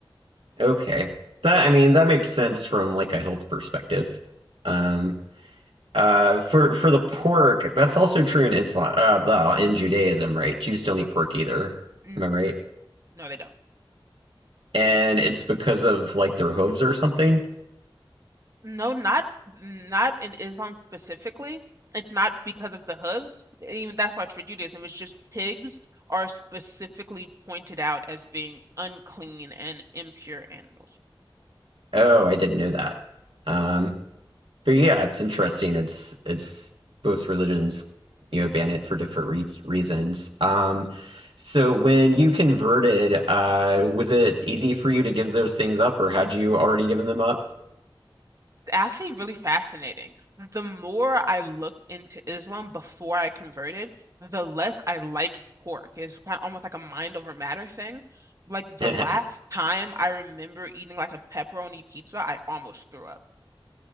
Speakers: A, on the right (about 70°); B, on the right (about 35°).
A: Okay. That I mean that makes sense from like a health perspective. Um. Uh, for for the pork, that's also true in Islam, uh, well, in Judaism, right? Jews don't eat pork either.
B: N-
A: Am I right?
B: No, they don't.
A: And it's because of like their hooves or something.
B: No, not not in Islam specifically. It's not because of the hooves. Even that's why it's for Judaism. It's just pigs are specifically pointed out as being unclean and impure animals.
A: Oh, I didn't know that. Um, but yeah, it's interesting. It's it's both religions, you know, ban it for different re reasons. Um, so when you converted, uh, was it easy for you to give those things up, or had you already given them up?
B: actually really fascinating. The more I looked into Islam before I converted, the less I liked pork. It's kind of almost like a mind over matter thing. Like the
A: <laughs>
B: last time I remember eating like a pepperoni pizza, I almost threw up.